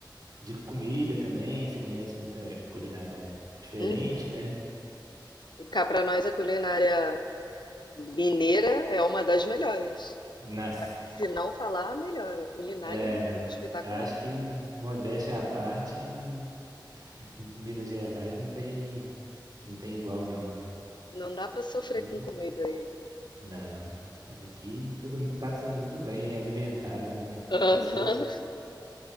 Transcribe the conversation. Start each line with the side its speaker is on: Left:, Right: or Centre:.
Right: De comida também, você conhece muita culinária diferente,
Left: Uhum.
Right: né?
Left: E cá para nós a culinária Mineira é uma das melhores.
Right: Nas...
Left: Se não falar, a melhor. A culinária
Right: É,
Left: mineira
Right: não.
Left: é espetacular.
Right: Eu acho que, modéstia à parte, Minas Gerais não tem, não tem igual, não, viu?
Left: Não dá pra sofrer
Right: E
Left: com comida aí.
Right: não. Aqui todo mundo passa muito bem, é alimentado, né?
Left: Aham.
Right: A pessoa,